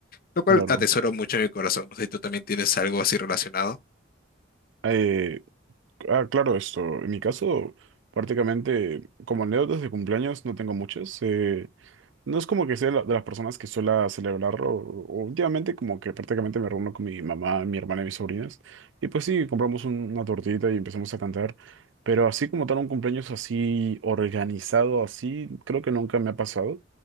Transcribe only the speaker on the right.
claro.
Eh, ah, claro, esto. En mi caso, prácticamente, como anécdotas de cumpleaños, no tengo muchas. Eh, No es como que sea la- de las personas que suele celebrarlo. o- Últimamente como que prácticamente me reúno con mi mamá, mi hermana y mis sobrinas. Y pues sí, compramos un- una tortita y empezamos a cantar. Pero así como tal un cumpleaños así organizado, así, creo que nunca me ha pasado.